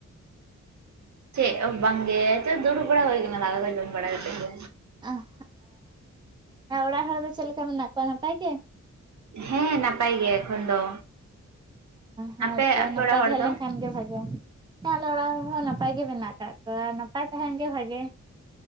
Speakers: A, on the right; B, on the right.
A: ᱪᱮᱫ ᱦᱚᱸ ᱵᱟᱝᱜᱮ ᱪᱮᱫ ᱫᱩᱲᱩᱵ ᱵᱟᱲᱟ ᱦᱩᱭ ᱠᱟᱱᱟ ᱾ ᱫᱟᱠᱟ ᱠᱚ ᱡᱚᱢ ᱵᱟᱲᱟ ᱠᱟᱛᱮ ᱜᱮ᱾
B: ᱚᱦ ᱚᱸ ᱚᱲᱟᱜ ᱦᱚᱲ ᱫᱚ ᱪᱮᱫ ᱞᱮᱠᱟ ᱢᱮᱱᱟᱜ ᱠᱚᱣᱟ᱾ ᱱᱟᱯᱟᱭ ᱜᱮ?
A: ᱦᱮᱸ ᱱᱟᱯᱟᱭ ᱜᱮ, ᱮᱠᱷᱚᱱ ᱫᱚ?
B: ᱦᱮᱸᱛᱚ
A: ᱟᱯᱮ ᱟᱯᱮ
B: ᱱᱟᱯᱟᱭ
A: ᱚᱲᱟᱜ ᱦᱚᱲ
B: ᱛᱟᱦᱮᱸ
A: ᱫᱚ
B: ᱞᱮᱱ ᱠᱷᱟᱱ ᱜᱮ ᱵᱷᱟᱜᱮᱼᱟ ᱾ ᱦᱮᱸ ᱟᱞᱮ ᱚᱲᱟᱜ ᱨᱮᱦᱚᱸ ᱱᱟᱯᱟᱭ ᱜᱮ ᱢᱮᱱᱟᱜ ᱠᱟᱜ ᱠᱚᱣᱟ ᱾ ᱱᱟᱯᱟᱭ ᱛᱟᱦᱮᱱ ᱜᱮ ᱵᱷᱟᱜᱮᱭᱟ ᱾